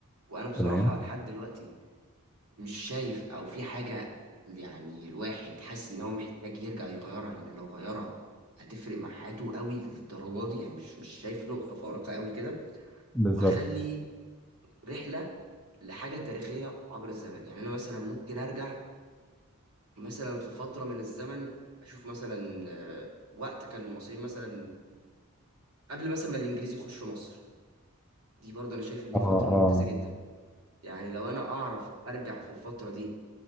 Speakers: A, on the right; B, in the centre.
A: وأنا بصراحة
B: تمام
A: لحد دلوقتي مش شايف أو في حاجة يعني الواحد حاسس إن هو محتاج يرجع يغيرها لأن لو غيرها هتفرق مع حياته قوي للدرجة دي يعني مش مش شايف نقطة فارقة قوي كده
B: بالظبط
A: وهخلي رحلة لحاجة تاريخية عبر الزمن يعني أنا مثلا ممكن أرجع مثلا في فترة من الزمن أشوف مثلا آه، وقت كان المصريين مثلا قبل مثلا ما الإنجليز يخشوا مصر دي برضه أنا شايف إن دي
B: اه
A: فترة ممتازة
B: اه
A: جدا يعني لو انا اعرف ارجع في الفتره دي